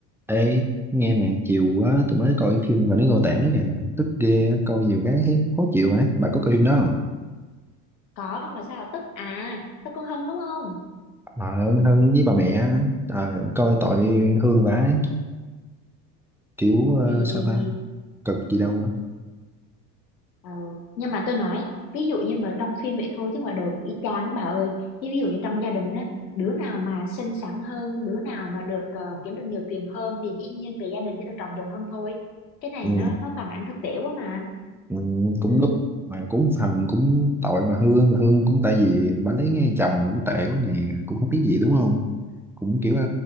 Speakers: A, in the centre; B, on the left.
A: Ê, nghe nè, chiều quá tôi mới coi cái phim và nó Ngô Tẻ kìa, tức ghê, coi nhiều cái thấy khó chịu ấy. Bà có coi phim đó không?
B: có là sao tức à tức con Hân đúng không
A: Bà Hân, Hân với bà mẹ, ờ, coi tội Hương vả ấy. kiểu ờ,
B: thì
A: sao ta, cực gì đâu á.
B: ờ, nhưng mà tôi nói ví dụ như mà trong phim vậy thôi chứ ngoài đời cũng y chang bà ơi chứ ví dụ như trong gia đình á đứa nào mà xinh xắn hơn đứa nào mà được ờ, kiếm được nhiều tiền hơn thì dĩ nhiên về gia đình sẽ được trọng dụng hơn thôi cái này
A: Ừ,
B: nó nó phản ánh thực tế quá mà
A: ừ, cũng
B: ừ.
A: đúng, mà cũng phần cũng tội bà Hương, bà Hương cũng tại vì bà lấy ngay chồng cũng tệ quá nè, cũng không biết gì đúng không? Cũng kiểu ờ,